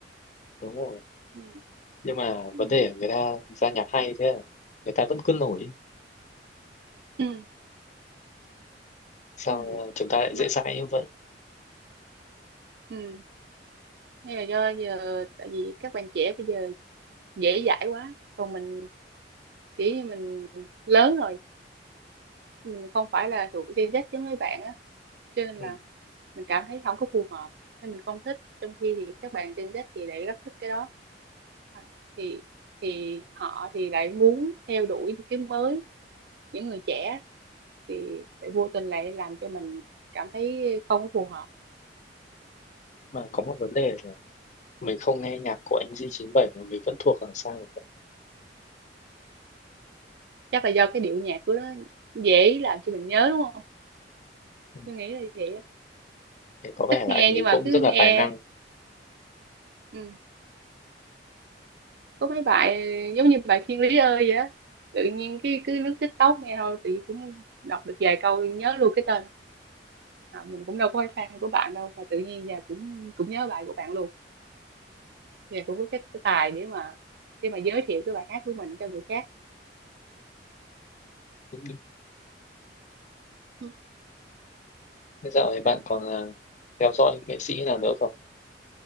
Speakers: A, on the left (about 40°); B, on the right (about 60°).
A: đúng rồi
B: ừ.
A: nhưng mà
B: Ừ.
A: vấn đề là người ta ra nhạc hay thế à? người ta vẫn cứ nổi
B: Ừ.
A: sao
B: Ừ.
A: chúng ta lại
B: Mà,
A: dễ dãi như vậy
B: ừ. nhưng mà do giờ tại vì các bạn trẻ bây giờ dễ dãi quá còn mình kiểu như mình lớn rồi mình không phải là thuộc Gen Z giống mấy bạn á cho nên
A: ừ.
B: là mình cảm thấy không có phù hợp nên mình không thích trong khi thì các bạn Gen Z thì lại rất thích cái đó À, thì thì họ thì lại muốn theo đuổi những cái mới những người trẻ thì lại vô tình lại làm cho mình cảm thấy không có phù hợp
A: mà có một vấn đề là mình không nghe nhạc của anh Di chín bảy mà mình vẫn thuộc là sao vậy
B: chắc là do cái điệu nhạc của nó dễ làm cho mình nhớ đúng không
A: ừ.
B: tôi nghĩ là vậy á.
A: thế có
B: ít
A: vẻ là
B: nghe
A: anh ấy
B: nhưng mà
A: cũng
B: cứ
A: rất là
B: nghe
A: tài năng
B: ừ. có mấy bài giống như bài Thiên Lý ơi vậy á tự nhiên cái cứ lướt TikTok nghe thôi tự nhiên cũng đọc được vài câu nhớ luôn cái tên à, mình cũng đâu có phải fan của bạn đâu mà tự nhiên giờ cũng cũng nhớ bài của bạn luôn giờ cũng có cái, cái tài để mà để mà giới thiệu cái bài hát của mình cho người khác
A: ừ.
B: ừ.
A: Thế dạo này bạn
B: À,
A: còn à, theo dõi những nghệ sĩ nào nữa không?